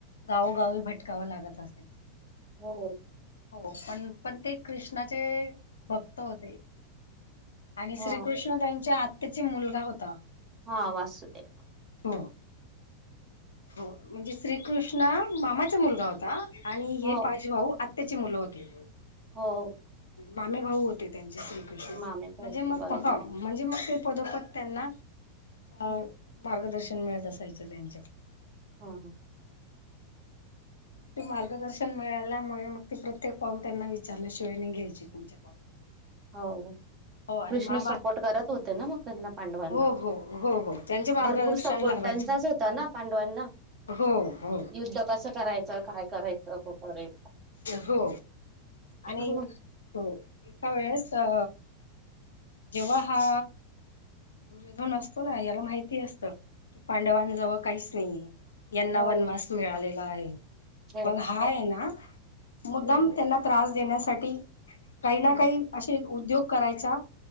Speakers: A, on the left (about 70°); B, on the right (about 30°).
A: गावोगावी भटकावं लागत असायचं.
B: हो
A: हो पण पण ते कृष्णाचे भक्त होते. आणि श्रीकृष्ण
B: हा
A: त्यांच्या आत्याची मुलगा होता.
B: हा वासुतेरव
A: हो हो म्हणजे श्रीकृष्णा मामाचा मुलगा होता आणि
B: हो
A: हे पाच भाऊ आत्त्याची मुलं होती.
B: हो.
A: मामे भाऊ होते त्यांचे श्रीकृष्ण
B: मामे पोहते
A: म्हणजे मग
B: बरोबर
A: म्हणजे मग ते पदोपद त्यांना अ
B: हो
A: मार्गदर्शन मिळत असायचं त्यांच्या
B: हा हा
A: मग ती मार्गदर्शन मिळाल्यामुळे मग ती प्रत्येक पाऊल त्यांना विचारल्याशिवाय नाही घ्यायची पुढचं पाऊल
B: हो
A: हो आणि
B: कृष्ण
A: महाबा
B: सपोर्ट करत होते ना मग त्यांना पांडवांना
A: हो हो हो हो त्यांचे मार्गदर्शन
B: भरपूर सपोर्ट
A: लाभायचे
B: त्यांचाच होता ना पांडवांना,
A: हो हो
B: युद्ध कसं कराय च काय करायचं बपरे
A: हो आणि
B: हो
A: हो का वेळेस अ जेव्हा हा दुर्योधन असतो ना याला माहिती असत की पांडवां जवळ काहीच नाहीये यांना
B: हो
A: वनवास मिळालेला आहे,
B: हो
A: पण हा आहे ना मुद्दाम त्यांना त्रास देण्यासाठी काही
B: हो
A: ना काही असे उद्योग करायचा